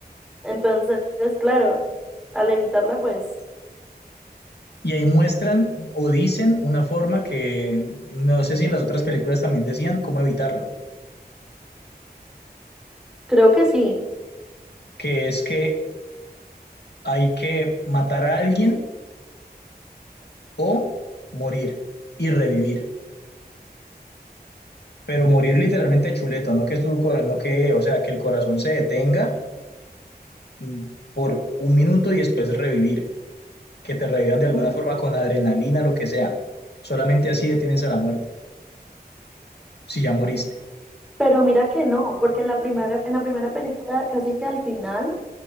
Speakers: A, in the centre; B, on the left.
A: Entonces, claro, al evitarla, pues
B: Y ahí muestran o dicen una forma que no sé si en las otras películas también decían cómo evitarlo,
A: creo que sí.
B: que es que hay que matar a alguien o morir y revivir, pero morir literalmente chuleto, no que tu, no que, o sea, que el corazón se detenga mm, por un minuto y después revivir, que te revivan de alguna forma con adrenalina, lo que sea. Solamente así detienes a la muerte, si ya moriste.
A: Pero mira que no, porque en la primera, en la primera película, casi que al final,